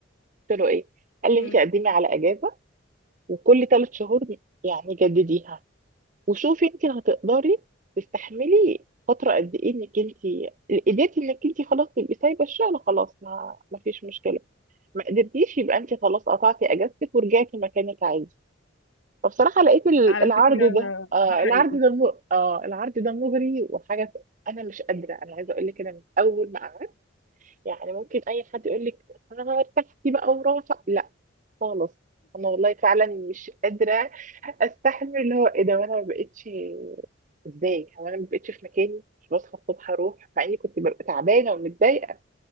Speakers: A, on the right (about 40°); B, on the left (about 85°).
A: قلت له ايه قال لي
B: امم
A: انت قدمي على اجازه وكل ثلاث شهور يعني جدديها وشوفي انت هتقدري تستحملي فتره قد ايه انك انت قدرتي انك انت خلاص تبقي سايبه الشغل خلاص ما ما فيش مشكله ما قدرتيش يبقى انت خلاص قطعتي اجازتك ورجعتي مكانك عادي فبصراحه لقيت ال-
B: على
A: العرض
B: فكره
A: ده آه
B: ده
A: العرض
B: حقيقي
A: ده م... آه العرض ده مغري وحاجه انا مش قادره انا عايزه اقول لك انا من اول ما يعني ممكن اي حد يقول لك انا ارتحتي بقى وراحه لا خالص انا والله فعلا مش قادره استحمل اللي هو ايه ده وانا ما بقتش ازاي هو انا ما بقتش في مكاني مش بصحى الصبح اروح مع اني كنت ببقى تعبانه ومتضايقه